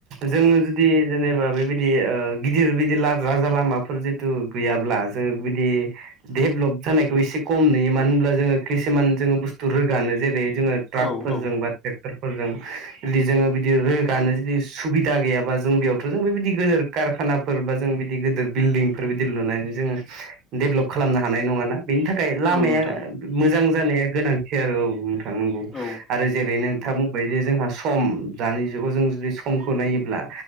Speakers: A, on the right; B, on the left.
A: जोंङो जुदि जेनेबा बेबायदि गिदिर बिदि राजा लामाफोर जिहेतु गैयाल्बा जों बिदि देल्ब जानायखौ एसे खम नुयो मोनो होनोल्बा जोंङो खिसुमान जों बुस्थु रोगानो जेरै जोंङो ट्राकफोरजों
B: औ औ
A: बा ट्रेक्टरफोरजों जुदि जोंङो बिदि रोगानो जुदि सुबिदा गैयाबा जों बेयावथ' जों बेबायदि गोदेर कारखानाफोर बा जों बिदि गोदोर बिल्डिंफोर बिदि लुनानै जोंङो डेभेलप खालामनो हानाय नंङा ना बेनि थाखाय लामाया
B: औ नोंथां
A: मोजां जानाया गोनांथि आरो औ नोंथांनंगौ
B: औ
A: आरो जेरै नों खोथा बुंबाय जे जोंहा सम दानि जुगाव जों जुदि समखौ नायोब्ला